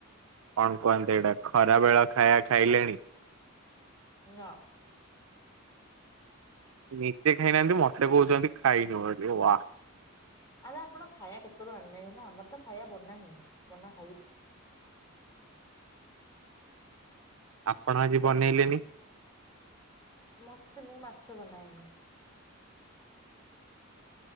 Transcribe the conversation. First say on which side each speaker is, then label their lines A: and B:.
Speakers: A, on the right; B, on the left.
A: କଣ କୁହନ୍ତି ଏଇଟା ଖରା ବେଳ ଖାଇବା ଖାଇଲେଣି।
B: ନା।
A: ନିଜେ ଖାଇନାହାନ୍ତି ମତେ କହୁଛନ୍ତି ଖାଇନୁ ବୋଲି ୱା।
B: ଆରେ ଆପଣ ଖାଇବା କେତେଳୁ ଆଣିଲେଣି ନା ଆମର ତ ଖାଇବା ବନା ହେଇନି ବନା ହଉଛି।
A: ଆପଣ ଆଜି
B: ବନ
A: ବନେଇଲେନି।
B: ମତେ ମୁଁ ମାଛ ବନାଏନି।